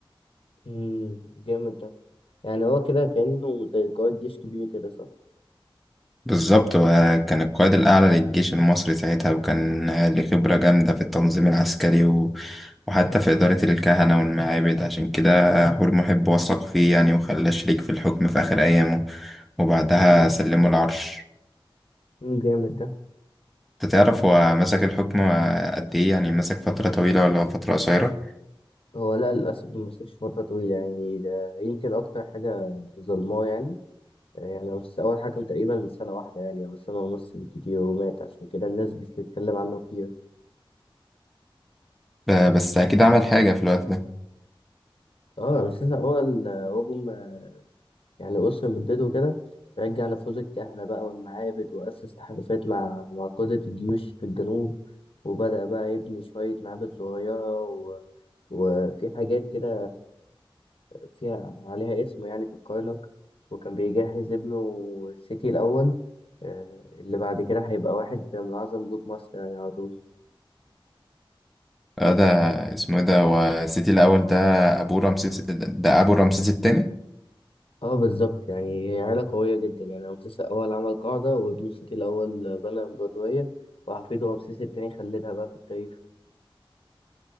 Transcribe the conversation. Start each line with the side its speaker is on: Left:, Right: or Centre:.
Left: امم جامد ده يعني هو كده كانه زي قائد جيش كبير كده صح
Centre: بالظبط وكان القائد الأعلى للجيش المصري ساعتها وكان ليه خبرة جامدة في التنظيم العسكري و... وحتى في إدارة الكهنة والمعابد عشان كده حور محب وثق فيه يعني وخلاه شريك في الحكم في آخر أيامه وبعدها
Left: امم
Centre: سلمه العرش
Left: أمم، جامد ده
Centre: أنت تعرف هو مسك الحكم قد إيه يعني مسك فترة طويلة ولا فترة قصيرة
Left: هو لا للاسف ما مسكش فتره طويله يعني ده يمكن اكتر حاجه ظلماه يعني يعني بس أول حكم تقريبا سنة واحدة يعني أو سنة ونص بالكتير ومات عشان كده الناس مش بتتكلم عنه كتير
Centre: ب... بس أكيد عمل حاجة في الوقت ده
Left: اه بس لسه هو الهجوم يعني أسر مدته كده رجع نفوذ الكهنة بقى والمعابد وأسس تحالفات مع مع قادة الجيوش في الجنوب وبدأ بقى يبني شوية معابد صغيرة و... وفي حاجات كده فيها عليها اسمه يعني في الكرنك وكان بيجهز ابنه السيتي الأول آه، اللي بعد كده هيبقى واحد من أعظم ملوك مصر يعني على طول
Centre: آه، ده اسمه إيه ده هو سيتي الأول ده أبو رمسيس ده أبو رمسيس التاني
Left: اه بالظبط يعني هي عيلة قوية جدا يعني رمسيس الأول عمل قاعدة وابنه السيتي الأول بنى إمبراطورية وحفيده رمسيس التاني خلدها بقى في التاريخ